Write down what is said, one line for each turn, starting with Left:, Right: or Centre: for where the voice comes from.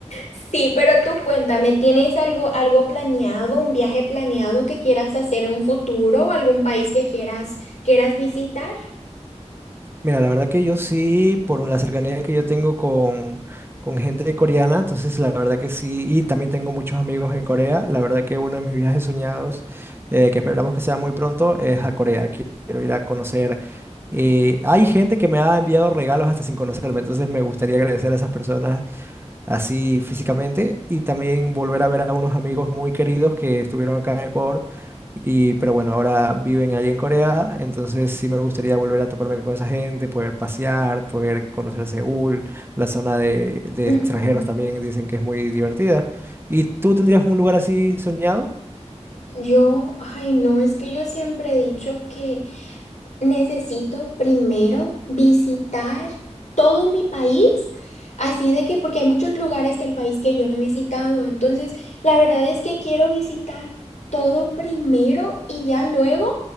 Left: Sí, pero tú cuéntame, ¿tienes algo, algo planeado, un viaje planeado que quieras hacer en un futuro o algún país que quieras, quieras visitar?
Right: Mira, la verdad que yo sí, por la cercanía que yo tengo con, con gente coreana, entonces la verdad que sí, y también tengo muchos amigos en Corea, la verdad que uno de mis viajes soñados, eh, que esperamos que sea muy pronto, es a Corea. Qui- Quiero ir a conocer. eh, hay gente que me ha enviado regalos hasta sin conocerme, entonces me gustaría agradecer a esas personas así físicamente, y también volver a ver a unos amigos muy queridos que estuvieron acá en Ecuador, y, pero bueno, ahora viven allí en Corea, entonces sí me gustaría volver a toparme con esa gente, poder pasear, poder conocer Seúl, la zona de, de
Left: Ujú.
Right: extranjeros también dicen que es muy divertida. ¿Y tú tendrías un lugar así soñado?
Left: Yo, ay no, es que yo siempre he dicho que Necesito primero visitar todo mi país, así de que porque hay muchos lugares del país que yo no he visitado, entonces la verdad es que quiero visitar todo primero y ya luego